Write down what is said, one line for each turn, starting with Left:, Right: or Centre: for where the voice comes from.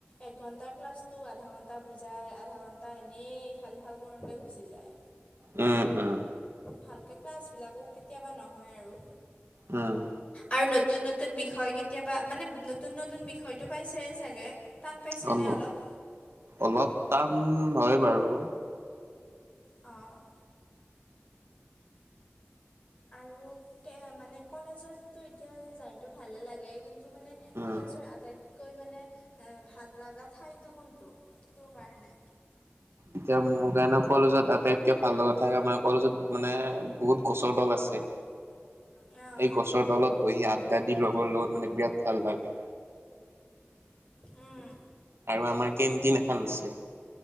Left: এক ঘণ্টা ক্লাছতটো আধা ঘণ্টা বুজাই, আধা ঘণ্টা এনেই ভাল-ভাল কৰোঁতে গুচি যায়।
Right: উম, উম,
Left: ভালকৈ ক্লাছবিলাকো কেতিয়াবা নহয় আৰু।
Right: উম,
Left: আৰু নতুন-নতুন বিষয় কেতিয়াবা মানে নতুন-নতুন বিষয়তটো পাইছেয়ে চাগে। টান পাইছেনে
Right: উম অল
Left: অলপ?
Right: অলপ টান হয় বাৰু।
Left: অ', আৰু মানে কলেজততো এতিয়া যায়তো ভালে লাগে কিন্তু মানে
Right: উম।
Left: কলেজৰ আটাইতকৈ মানে এ ভাল লগা ঠাইতটো কোনটো তোৰ কাৰণে?
Right: এতিয়া মোৰ কাৰণে কলেজত আটাইতকে ভাল লগা থাকে আমাৰ কলেজত মানে বহুত গছৰ তল আছে।
Left: অ'
Right: এই গছৰ তলত বহি আড্ডাদিৰ লগৰ লগত মানে বিৰাট ভাল লাগে।
Left: উম,
Right: আৰু আমাৰ কেণ্টিন এখন আছে।